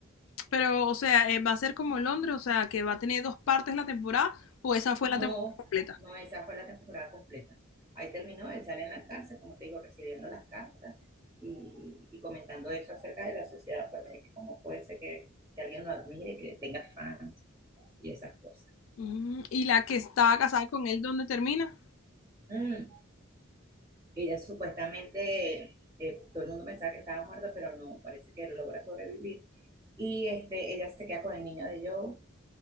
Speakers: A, on the left (about 75°); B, on the right (about 15°).
A: Pero, o sea, eh, ¿va a ser como Londres? O sea, ¿que va a tener dos partes la temporada o esa fue la
B: No,
A: temporada completa?
B: no, esa fue la temporada completa. Ahí terminó, él sale en la cárcel, como te digo, recibiendo las cartas y, y comentando eso acerca de la sociedad, pues, de que cómo puede ser que, que alguien lo admire, que tenga fans y esas cosas.
A: Mm, ¿y la que estaba casada con él, dónde termina?
B: Mm, Ella supuestamente, eh, todo el mundo pensaba que estaba muerta, pero no, parece que logra sobrevivir. Y este, ella se queda con el niño de Joe